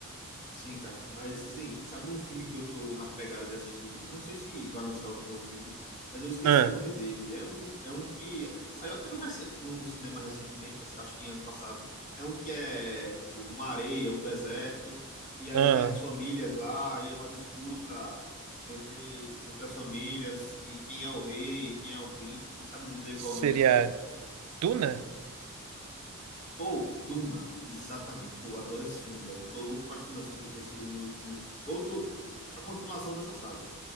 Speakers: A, on the left (about 35°); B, on the right (about 80°).
A: sim, cara. Mas assim, sabe um filme que eu tô na pegada de assistir? Não sei se vai lançar outro novo filme, mas eu esqueci
B: Ah,
A: o nome dele. É um, é um que saiu até no, rece- num cinema recentemente, acho que ano passado. É um que é tipo uma areia, um deserto, e aí
B: ah,
A: tem as famílias lá, e é uma disputa entre, entre as famílias e quem é o rei e quem é o príncipe. Sabe me dizer
B: seria
A: qual é o nome desse filme?
B: Duna?
A: Pô, Duna. Exatamente. Pô, adoro esse filme, velho. Tô louco pra que lance outro, esse, um filme. Outro, a continuação dessa saga.